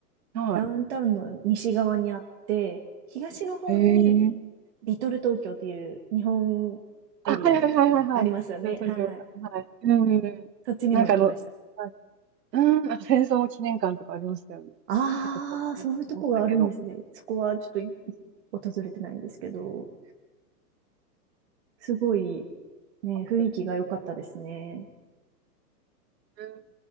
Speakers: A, on the right; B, on the right.
A: か、は
B: ダウンタウンの西側にあって、東の方に
A: い。へえ。
B: リトル東京という日本エリアみたいなのありますよね。
A: あ、はいはいはいはいはい。東京、
B: はい。
A: はい。うん。
B: そっちにも行きました。
A: なんかあの、はいうん、なんか戦争の記念館とかありましたよね。
B: ああ、
A: 結構されてましたけど。
B: そういうとこがあるんですね。
A: う
B: そこはちょっといい訪れてないんですけど、すごいね、
A: まく
B: 雰囲気が良かったですね。
A: うん。